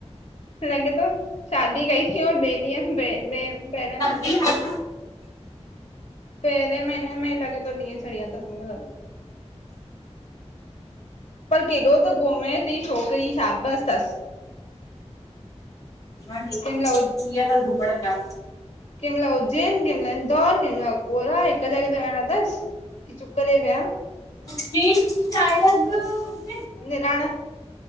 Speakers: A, on the left; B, on the left.
A: लॻे थो, शादी कई अथईं ऐं ॿे ॾींहं हे पहिरियों
B: जी <inaudible>
A: पहिरियें महिने में ही लॻे थो त ॾींअ चड़ी विया तस पर केॾो त घुमे थी छोकिरी शाबसि अथसि।
B: ॾींहं अथसि
A: कंहिंमहिल
B: घुमण जा।
A: कहिं महिल उज्जैन, कहिं महिल इंदौर, कहिं महिल गोआ, हिक जॻे ते विहण अथसि। कि चुप करे विया।
B: जी, चाय रख दो।
A: निराण,